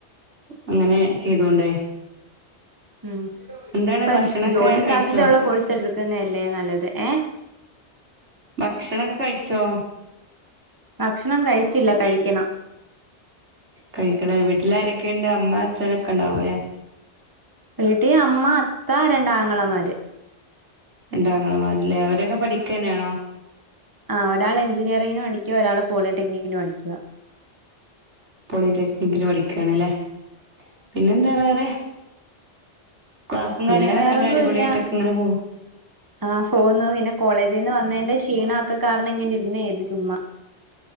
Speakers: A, on the right; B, on the right.
A: അങ്ങനെ ചെയ്തോണ്ടെ
B: ഉം
A: എന്താണ്
B: ഇപ്പം
A: ഭക്ഷണൊക്കെ
B: ജോലി
A: കഴിച്ചോ
B: സാധ്യതയുള്ള കോഴ്സ് എടുക്കുന്നല്ലേ നല്ലത് ഏഹ്
A: ഭക്ഷണൊക്കെ കഴിച്ചോ
B: ഭക്ഷണം കഴിച്ചില്ല കഴിക്കണം
A: കഴിക്കണം വീട്ടിലാരൊക്കെ ഉണ്ട് അമ്മ അച്ഛനൊക്കെ ഉണ്ടാവൂലേ
B: വീട്ടി അമ്മ അത്ത രണ്ടാങ്ങളമാര്
A: രണ്ടാങ്ങളമാരല്ലേ അവരൊക്കെ പഠിക്കന്നെയാണോ
B: ആഹ് ഒരാള് എഞ്ചിനീയറിംഗിന് പഠിക്കുവാ ഒരാള് പോളിടെക്നിക്കിന് പടിക്കുവാ
A: പോളിടെക്നിക്കിന് പഠിക്കുവാണല്ലേ പിന്നെന്താ വേറെ ക്ലാസും കയങ്ങളൊക്കെല്ല
B: പിന്നെ വേറൊന്നുല്ല
A: അടിപൊളി ആയിട്ടക്കെങ്ങനെ പോവും
B: ആഹ് പോക്കുന്ന പിന്നെ കോളേജിൽ നിന്ന് വന്നതിന്റെ ക്ഷീണൊക്കെ കാരണം ഇങ്ങന ഇരുന്നേ ഏത് ചുമ്മാ